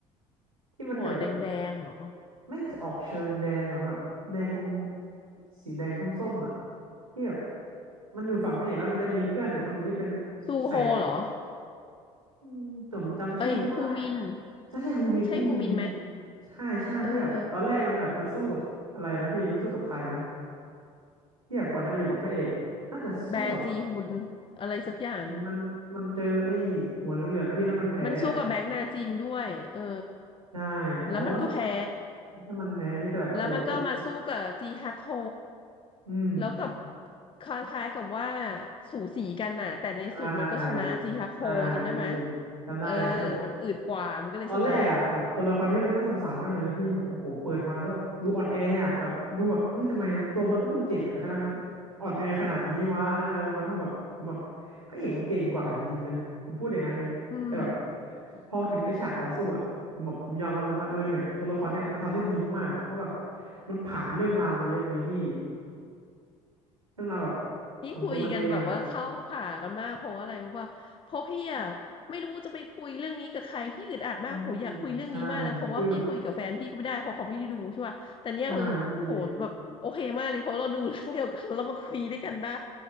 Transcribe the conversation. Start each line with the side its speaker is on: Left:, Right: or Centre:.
Right: ที่มันจะแบบ
Left: หัวแดงๆเหรอ
Right: ไม่ออกเชิงแดงอ่ะแบบแดงอมสีแดงส้มๆอ่ะที่แบบมันอยู่ฝั่งพระเอกแล้วมันจะมีเพื่อนอีกคนนึงที่เป็น
Left: ซูโฮเหรอ
Right: ใส่อืมผมจำชื่อไม่ได้อ่ะ
Left: เอ้ยฮูมิน
Right: ใช่ใช่ฮูมินพี่ฮูมิน
Left: ใช่ฮูมินไหม
Right: ใช่ใช่ที่แบบตอนแรกมันแบบมันสู้กับอะไรนะพี่มันสู้กับใครนะ
Left: เออ
Right: ที่แบบก่อนจะมาอยู่กับพระเอกอะน่าจะสู้กับ
Left: แบจีฮุนอะไรสักอย่าง
Right: มันมันเจอไอ้หัวเหลืองๆอะพี่แล้วมันแพ้อะ
Left: มันสู้กับแบงก์นาจินด้วยเออ
Right: ใช่
Left: แล้วมันก็แพ้
Right: อ๋อใช่ถ้ามันแพ้พี่แต่แบบโอ้โหตัว
Left: แล้วมันก็มาสู้กับจีฮักโฮ
Right: อืม
Left: แล้วกับคล้ายๆกับว่าสูสีกันน่ะแต่ในสุดมันก็ชนะจีฮักโฮจำได้ไหม
Right: ใช่ใช่พี่จำได้คือแบบ
Left: เออมันอืดกว่ามันก็เลยชนะ
Right: ตอนแรกอ่ะแบบตัวละครนี้มันน่าสงสารมากเลยนะพี่แบบโอ้โหเปิดมาแล้วแบบดูอ่อนแออ่ะแบบดูแบบเฮ้ยทำไมตัวมันก็ดูเก่งอ่ะแต่ทำไมมันอ่อนแอขนาดนี้วะอะไรประมาณนั้นผมแบบผมแบบพระเอกมันเก่งกว่าจริงๆนะผมพูดอย่างนั้นเลยแต่แบบ
Left: อืม
Right: พอถึงไอ้ฉากต่อสู้อ่ะผมแบบผมยอมรับเลยว่าเออเนี่ยตัวละครเนี้ยมันทำได้ดีมากๆเพราะแบบมันผ่านเรื่องราวมาเยอะไงพี่เรื่องราวแบบ
Left: นี่คุยกันแบบว่าเข้าขากันมากเพราะอะไรรู้ป่ะเพราะพี่อ่ะไม่รู้จะไปคุยเรื่องนี้กับใครพี่อึดอัดมากโหอยากคุยเรื่องนี้มากนะเพราะว่าพี่คุยกับแฟนพี่ก็ไม่ได้เพราะเขาไม่ได้ดูใช่ป่ะแต่เนี้ยเออโหแบบโอเคมากเลยเพราะเราดูเรื่องเดียวกันแล้วมาคุยด้วยกันได้
Right: ของตัวมันเองอ่ะอืมใช่คือแบบใช่พี่